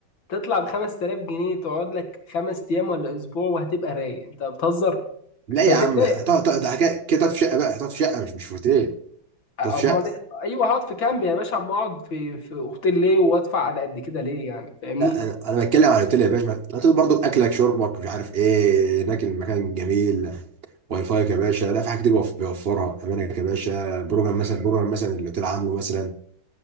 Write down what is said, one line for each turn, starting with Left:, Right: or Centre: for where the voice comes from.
Left: تطلع ب 5000 جنيه تقعد لك خمس أيام ولا أسبوع وهتبقى رايق أنت بتهزر
Right: لا
Left: أنت
Right: يا
Left: هتقلق
Right: عم هتقعد تقعد حاجة- كده تقعد في شقه بقى هتقعد في شقه مش مش في اوتيل
Left: امال
Right: تقعد في شقه
Left: إيه؟ ايوه هقعد في كامب يا باشا اما اقعد في في اوتيل ليه وادفع على قد كده ليه يعني فاهمني
Right: لا انا انا بتكلم عن اوتيل يا باشا ما- الاوتيل برضو اكلك شربك مش عارف ايه هناك المكان جميل واي فاي يا باشا لا في حاجات كتير بيوف- بيوفرها امانك يا باشا بروجرام مثلا بروجرام مثلا اللي الاوتيل عامله مثلا